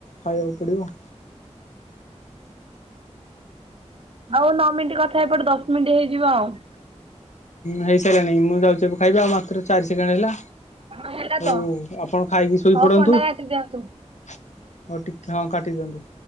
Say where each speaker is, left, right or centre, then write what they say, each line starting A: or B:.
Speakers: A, on the left (about 80°); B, on the right (about 50°).
A: ଖାଇବାକୁ ପଡିବ।
B: ଆଉ ନଅ ମିନିଟ କଥା ହେଇପଡ ଦଶ ମିନିଟ୍ ହେଇଯିବ ଆଉ।
A: ହେଇ ସାରିଲାଣି, ମୁଁ ଯାଉଛି ଏବେ ଖାଇବି ଆଉ ମାତ୍ର ଚାରି ସେକେଣ୍ଡ ରହିଲା।
B: ହଁ ହେଲା
A: ହଉ
B: ତ
A: ଆପଣ ଖାଇକି ଶୋଇ
B: ହଉ
A: ପଡନ୍ତୁ।
B: ଫୋନ୍ ଟା କାଟି ଦିଅନ୍ତୁ।
A: ହଉ ଟିକେ ହଁ କାଟି ଦିଅନ୍ତୁ।